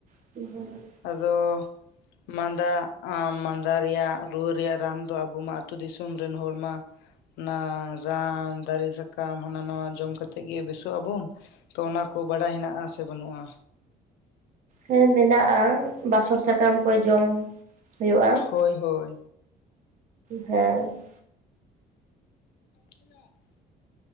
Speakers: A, on the right; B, on the left.
A: <unintelligible>
B: ᱟᱫᱚ᱾ ᱢᱟᱫᱟᱜ ᱟᱢ ᱢᱟᱫᱟ ᱨᱮᱭᱟᱜ ᱨᱩᱣᱟᱹ ᱨᱮᱭᱟᱜ ᱨᱟᱱ ᱫᱚ ᱟᱵᱚ ᱢᱟ ᱟᱛᱩ ᱫᱤᱥᱚᱢ ᱨᱮᱱ ᱦᱚᱲ ᱢᱟ᱾ ᱚᱱᱟ ᱨᱟᱱ ᱫᱟᱨᱤ ᱥᱟᱠᱟᱢ ᱦᱟᱱᱟ ᱱᱚᱣᱟ ᱡᱚᱢ ᱠᱟᱛᱮᱜ ᱜᱮ ᱵᱮᱥᱚᱜ ᱟᱵᱚᱱ᱾ ᱛᱚ ᱚᱱᱟ ᱠᱚ ᱵᱟᱰᱟᱭ ᱦᱮᱱᱟᱜ-ᱟ ᱥᱮ ᱵᱟᱱᱩᱜ-ᱟ᱾
A: ᱦᱮᱸ ᱢᱮᱱᱟᱜ-ᱟ ᱵᱟᱥᱚᱠ ᱥᱟᱠᱟᱢ ᱠᱚ ᱡᱚᱢ ᱦᱳᱭᱳᱜ-ᱟ᱾
B: ᱦᱳᱭ ᱦᱳᱭ
A: ᱦᱮᱸ᱾
B: <unintelligible>